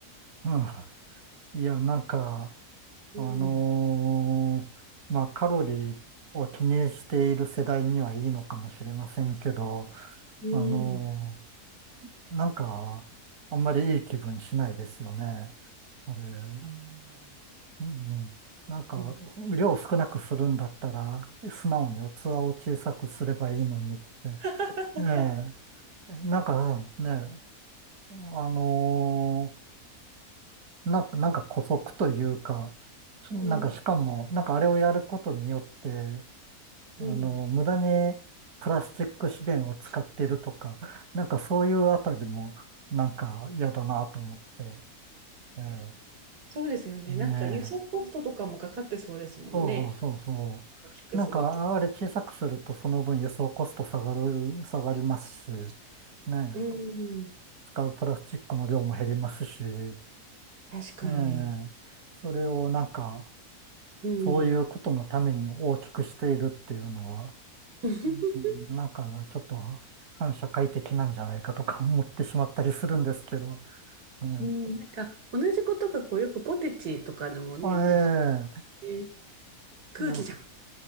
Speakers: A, on the right (about 75°); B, on the right (about 85°).
A: うん、いや、なんか、
B: うん、
A: あのーまあ、カロリーを気にしている世代にはいいのかもしれませんけど、
B: うん、
A: あのーなんか、あんまりいい気分しないですよね。あれ、うん
B: あ
A: うん、なんか、
B: ー
A: 量を少なくするんだったら、素直に器を小さくすればいいのにって。
B: <laughs>
A: ええ、なんかね、あのーなんか、なんか姑息というか、しなんかしかも、
B: うん、
A: なんかあれをやることによって、
B: うん。
A: あの、無駄にプラスチック資源を使ってるとか、なんかそういうあたりも、なんか嫌だなと思って。ええ、
B: そうですよね。なんか輸送コストとかもかかってそうですもんね。
A: ねえ。そうそうそうそう。
B: 大きくすると。
A: なんか、あれ小さくするとその分輸送コスト下がる、下がりますし、ねえ、
B: うん。
A: 使うプラスチックの量も減りますし、え
B: 確かに。
A: え、それをなんか、
B: うん。
A: そういうことのために大きくしているっていうのは、
B: <laughs>
A: うんなんか、ちょっと反社会的なんじゃないかとか思ってしまったりするんですけど。うん。
B: うん。なんか同じことがこうよくポテチとかのもね、
A: あえ
B: 皆さんね、空気じゃん。
A: えいや、